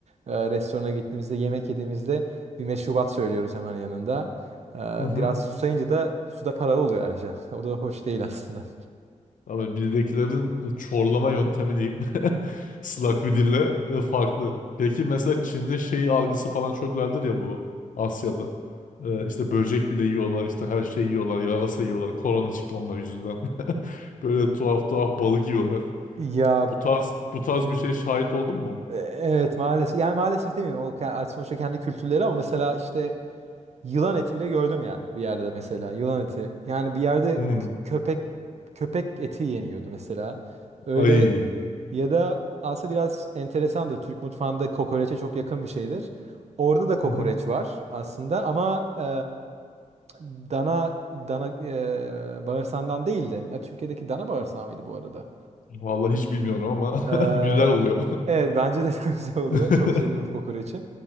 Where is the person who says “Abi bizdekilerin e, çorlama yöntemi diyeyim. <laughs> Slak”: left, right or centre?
Left